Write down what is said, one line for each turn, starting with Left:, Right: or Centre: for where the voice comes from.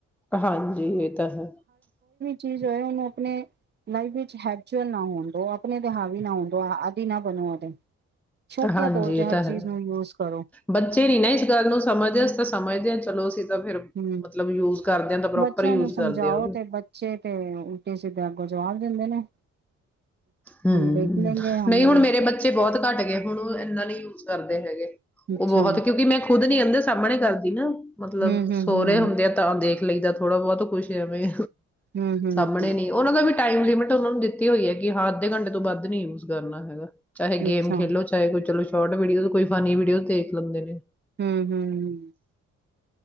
Centre: ਹਾਂਜੀ ਇਹ ਤਾਂ ਹੈ
Right: ਚੀਜ ਹੋਏ ਉਹਨੂੰ ਆਪਣੇ ਲਾਈਫ ਵਿੱਚ ਹੈਬੂਚਲ ਨਾ ਹੋਣ ਦੋ ਆਪਣੇ ਤੇ ਹਾਵੀ ਨਾ ਹੋਣ ਦੋ ਆਦੀ ਨਾ ਬਣੋ ਉਹਦੇ ਸ਼ੌਕੀਆ
Centre: ਹਾਂਜੀ
Right: ਤੌਰ ਤੇ
Centre: ਇਹ
Right: ਹਰ
Centre: ਤਾਂ ਹੈ
Right: ਚੀਜ਼ ਨੂੰ ਯੂਜ ਕਰੋ
Centre: ਬੱਚੇ ਨੀ ਨਾ ਇਸ ਗੱਲ ਨੂੰ ਸਮਝਦੇ ਅਸੀ ਤਾਂ ਸਮਝਦੇ ਹਾਂ ਚਲੋ ਅਸੀਂ ਤਾਂ ਫਿਰ
Right: ਹੂ
Centre: ਮਤਲਬ ਯੂਜ ਕਰਦੇ ਆ ਤਾਂ ਪ੍ਰੋਪਰ
Right: ਬੱਚਿਆਂ
Centre: ਯੂਜ
Right: ਨੂੰ ਸਮਝਾਓ
Centre: ਕਰਦੇ ਆ ਉਹਨੂੰ
Right: ਤੇ ਬੱਚੇ ਤੇ ਉ ਜਿੱਦਾਂ ਅੱਗੋਂ ਜਵਾਬ ਦਿੰਦੇ ਨੇ
Centre: ਹੂ,
Right: ਹਮ ਦੇਖ ਲੈਂਗੇ ਹਮ
Centre: ਨਹੀਂ ਹੁਣ ਮੇਰੇ ਬੱਚੇ ਬਹੁਤ ਘੱਟ ਗਏ। ਹੁਣ ਉਹ ਇਹਨਾਂ ਲਈ ਯੂਜ ਕਰਦੇ ਹੈਗੇ। ਉਹ
Right: ਅੱਛਾ
Centre: ਬਹੁਤ ਕਿਉਂਕਿ ਮੈਂ ਖੁਦ ਨੀ ਕਦੇ ਸਾਹਮਣੇ ਕਰ ਨਾ ਮਤਲਬ
Right: ਹੂੰ-ਹੂੰ-ਹੂੰ।
Centre: ਸੋਹਰੇ ਹੁੰਦੇ ਆ ਤਾਂ ਦੇਖ ਲਈਦਾ ਥੋੜਾ ਬਹੁਤ ਕੁੱਛ ਐਵੇਂ
Right: ਹੂੰ-ਹੂੰ-ਹੂੰ
Centre: ਸਾਹਮਣੇ ਨੀ ਉਹਨਾਂ ਦਾ ਵੀ ਟਾਈਮ ਲਿਮਿਟ ਉਹਨਾ ਨੂੰ ਦਿੱਤੀ ਹੋਈ ਹੈ। ਕਿ ਅੱਧੇ ਘੰਟੇ ਤੋਂ ਵੱਧ ਨੀ ਯੂਜ ਕਰਨਾ ਹੈਗਾ। ਚਾਹੇ ਗੇਮ
Right: ਅੱਛਾ
Centre: ਖੇਲੋ ਚਾਹੇ ਕੋਈ ਚਲੋ ਸ਼ੋਰਟ ਵੀਡੀਓ ਕੋਈ ਫਨੀ ਵੀਡੀਓ ਦੇਖ ਲੈਂਦੇ ਨੇ
Right: ਹਮ ਹਮ ਹਮ